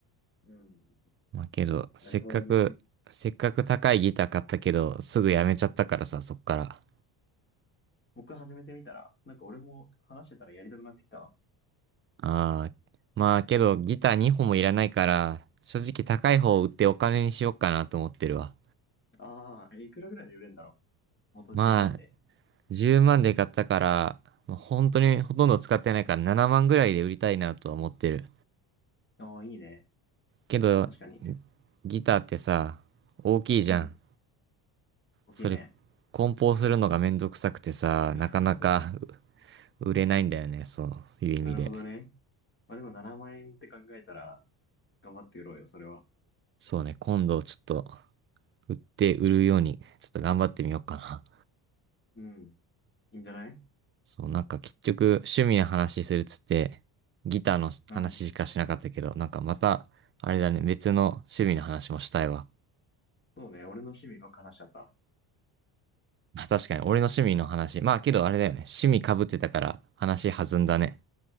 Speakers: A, on the left; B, on the right.
A: うん。
B: まあけど、せっかく、
A: なるほどね。
B: せっかく高いギター買ったけど、すぐやめちゃったからさ、そっから。
A: 僕始めてみたら、なんか俺も話してたらやりたくなってきたわ。
B: ああ、まあけど、ギター2本もいらないから、正直高い方を売ってお金にしようかなと思ってるわ。
A: ああ、えいくらぐらいで売れるんだろう。元10万で。
B: まあ、10万で買ったから、まあ本当にほとんど使ってないから7万ぐらいで売りたいなとは思ってる。
A: ああ、いいね。
B: けど、
A: 確かに。
B: ギターってさ、大きいじゃん。
A: うん。大きいね。
B: それ、梱包するのがめんどくさくてさ、
A: <laughs>
B: なかなかう売れないんだよね、そういう意味で。
A: なるほどね。まあでも7万円って考えたら、頑張って売ろうよ、それは。
B: そうね、今度ちょっと売って売るように、ちょっと頑張ってみようかな。
A: うん。いいんじゃない
B: <laughs> そう、なんか結局趣味の話するっつって、ギターの話しかしなかったけど、
A: うん。
B: なんかまた、あれだね、別の趣味の話もしたいわ。
A: そうね。俺の趣味ばっか話しちゃった。
B: <laughs> あ確かに、俺の趣味の話。まあけどあれだよね、趣味被ってたから話弾んだね。